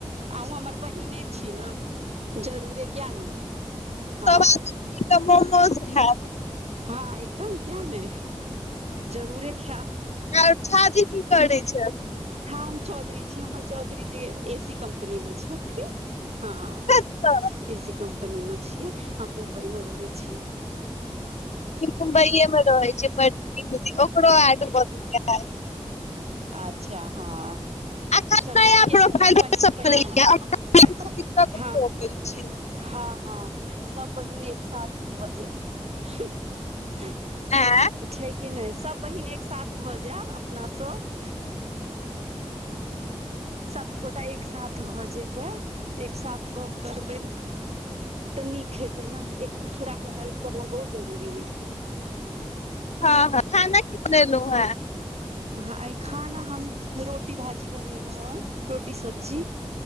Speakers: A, on the right (about 70°); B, on the left (about 80°).
A: अहुँ हमर बहिने छी न जरूरे किया नै हँ
B: सब आदमी मिल तऽ मोमोज खाब
A: हँ एकदम किया नै जरूरे खायब
B: आर छाजी की करै छै
A: हँ हम चौधरी छी हमर Chaudhary ji A C company मे छेथिन हँ
B: अच्छा
A: ए सी कम्पनी मे छियै हम मुम्बई मे रहै छियै
B: मुम्बइए मे रहै छीयै बड़की दीदी ओकरो <unintelligible>
A: आ अच्छा हँ
B: एखन
A: चलू
B: नया
A: नीके
B: प्रोफाइल
A: छै सब बहिन बहिन
B: बनेलियै अभी कुछ दिक्कत
A: हँ
B: हो गेल छै
A: हँ हँ सब बहिन एक साथ भऽ जाय
B: आँ <unintelligible>
A: छै कि नय सभ बहिन एकसाथ भऽ जायब अपना सब सब गोटा एक साथ भऽ जेबै एक साथ गप करबै तऽ नीक हेतै ने एक दोसराक हेल्प करना बहुत जरूरी होइ छै न
B: हँ हँ खाना की बनेलो हँं
A: ह खाना हम रोटी भाजी बनेलो हन रोटी सब्जी